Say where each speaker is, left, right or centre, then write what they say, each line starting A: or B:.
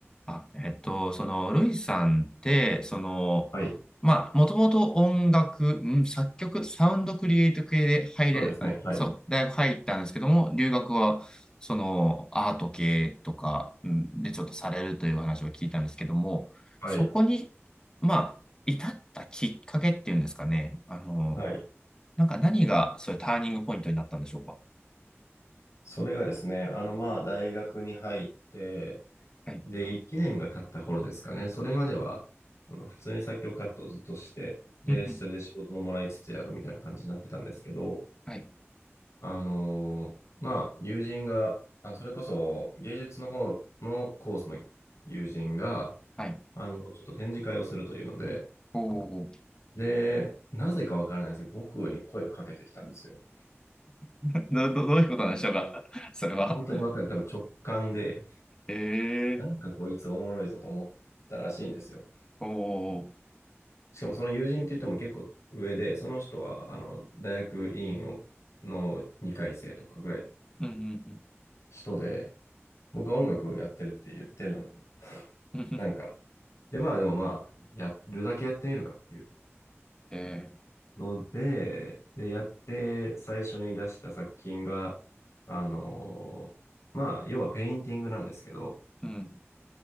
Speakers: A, on the left (about 15°); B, on the left (about 85°).
A: あ、えっと、その、ルイさんって、その、
B: はい。
A: まあ、もともと音楽、ん作曲、サウンドクリエイト系で入れ、
B: そうですね。
A: あそう、
B: はい。
A: 大学入ったんですけども、留学は、その、アート系とか、んでちょっとされるという話を聞いたんですけども、
B: はい。
A: そこに、まあ、至ったきっかけっていうんですかね、あの、
B: はい。
A: なんか何が、そういうターニングポイントになったんでしょうか。
B: それがですね、あの、まあ、大学に入って、
A: はい。
B: で、1年が経った頃ですかね。それまでは、あの普通に作曲活動をずっとして、で、
A: うんうん。
B: それで仕事ももらいつつやるみたいな感じになってたんですけど、
A: はい。
B: あのーまあ、友人が、あのそれこそ芸術の方のコースの友人が、
A: はい。
B: あの、ちょっと展示会をするというので、
A: おお。
B: で、なぜかわからないですけど、僕に声をかけてきたんですよ。
A: <laughs> ど、どどういうことなんでしょうか、それは。
B: いや本当にわかんない。多分直感で、
A: ええ
B: なんかこいつおもろいぞと思ったらしいんですよ。
A: ー、おー、
B: しかもその友人って言っても結構上で、その人はあの大学院をの2回生とかぐらいの
A: うんうん
B: 人で、僕は音楽やってるって言ってるのに、
A: うんうんうん
B: なんか、で、まあでもまあ、やるだけやってみるかっていう
A: え
B: ので、で、やって最初に出した作品が、あのーまあ、要はペインティングなんですけど、
A: ーうん